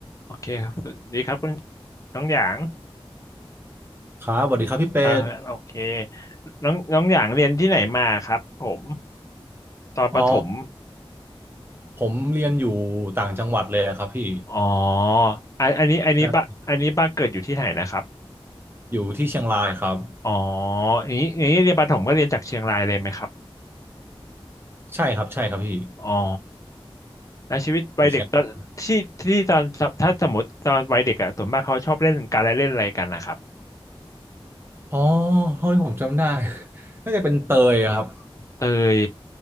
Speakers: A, on the left; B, on the right.
A: โอเคครับสวัสดีครับคุณน้องหยาง
B: ครับสวัสดีครับพี่เป็ด
A: อ่าโอเคน้องน้องหยางเรียนที่ไหนมาครับผมตอนประถม
B: อ๋อผมเรียนอยู่ต่างจังหวัดเลยอะครับพี่
A: อ๋ออันอันนี้อันนี้บ้านอันนี้บ้านเกิดอยู่ที่ไหนนะครับ
B: ใช่อยู่ที่เชียงรายครับ
A: อ๋ออย่างนี้อย่างนี้เรียนประถมก็เรียนจากเชียงรายเลยไหมครับ
B: ใช่ครับใช่ครับพี่
A: อ๋อแล้วชีวิตวัยเด็กตอนที่ที่ตอนถ้าสมมติตอนวัยเด็กอะส่วนมากเขาชอบเล่นการละเล่นอะไรกันนะครับ
B: อยู่เชียงรายอ๋อเท่าที่ผมจำได้ <laughs> น่าจะเป็นเตยอะครับ
A: เตย